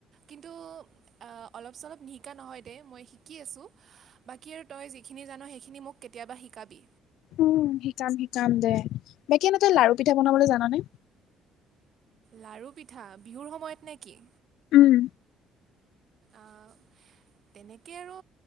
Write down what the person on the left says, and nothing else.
উম শিকাম শিকাম দে এতিয়া নো তই লাৰু পিঠা বনাবলৈ জানানে
উম।